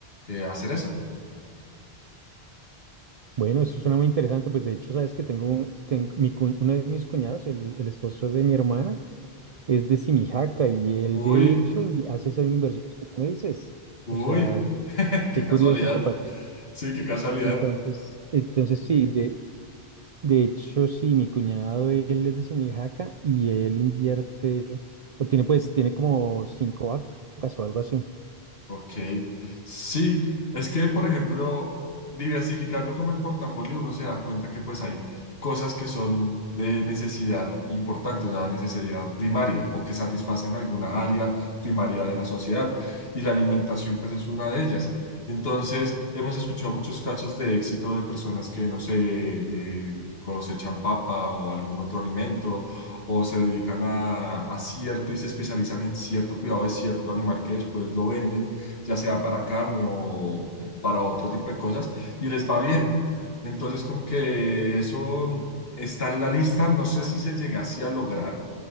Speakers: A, on the left (about 65°); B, on the right (about 50°).
A: eh, hacer eso.
B: Bueno, eso suena muy interesante. Pues de hecho, sabes que tengo, tengo mi, cu- uno de mis cuñados, el, el esposo de mi hermana, es de Simijaca y él
A: Uy,
B: de hecho invi- hace esas inversiones que tú me dices.
A: uy,
B: O sea,
A: <laughs> qué
B: qué curioso
A: casualidad.
B: que pase. eso.
A: Sí, qué casualidad.
B: Entonces, entonces sí, de, de hecho, sí, mi cuñado, él es de Simijaca y él invierte, o tiene pues, tiene como cinco vacas o algo así.
A: Ok, sí, es que por ejemplo, diversificando como el portafolio, uno se da cuenta que pues hay cosas que son de necesidad importante, o sea, necesidad primaria o que satisfacen alguna área primaria de la sociedad y la alimentación pues es una de ellas. Entonces, hemos escuchado muchos casos de éxito de personas que, no sé, eh, cosechan papa o algún otro alimento o se dedican a, a cierto y se especializan en cierto cuidado de cierto animal que después lo venden ya sea para carne o p- para otro tipo de cosas, y les va bien. Entonces, como que eso está en la lista, no sé si se llegase a lograr,